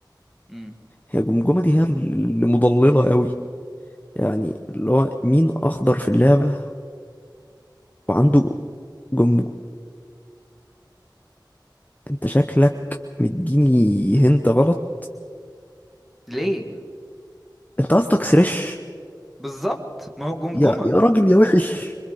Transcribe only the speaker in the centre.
مم.
ليه <laughs>
بالظبط ما هو جمجمة